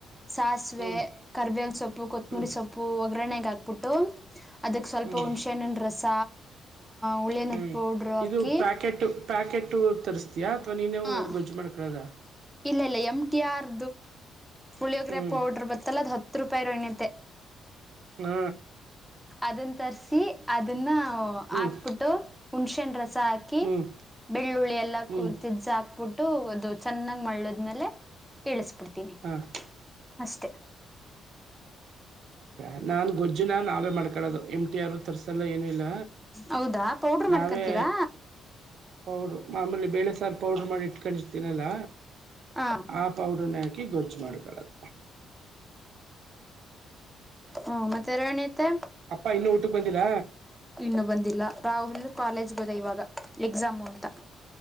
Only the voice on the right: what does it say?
ಹ್ಮ್
ಹ್ಮ್
ಹ್ಮ್
ಹ್ಮ್
ಇದು ಪ್ಯಾಕೆಟು ಪ್ಯಾಕೆಟ್ ತರಿಸ್ತಯಾ ಅಥವಾ ನೀವು
ಗೊಜ್ಜು ಮಾಡ್ಕಳದ
ಹ್ಮ್
ಹ್ಮ
ಹ್ಮ್
ಹ್ಮ್
ಹ್ಮ್
ಹಾ
ಹ ನಾನ್ ಗೊಜ್ಜುನ ನಾವೇ ಮಾಡ್ಕಳೋದು ಎಂ ಟಿ ಟಿ ಆರ್ ತರ್ಸಲ್ಲ ಏನುೂ ಇಲ್ಲ
ನಾವೇ
ಪೌಡ್ರು ಆಮೇಲೆ ಬೇಳೆ ಸಾರು ಪೌಡ್ರು ಮಾಡಿ ಇಟ್ಕೊಂಡಿರ್ತೀನಲ್ಲ
ಆ ಪೌಡರ್ನ ಹಾಕಿ ಗೊಜ್ಜು ಮಾಡ್ಕೊಳ್ಳದು
ಅಪ್ಪ ಇನ್ನೂ ಊಟಕ್ಕೆ ಬಂದಿಲ್ಲ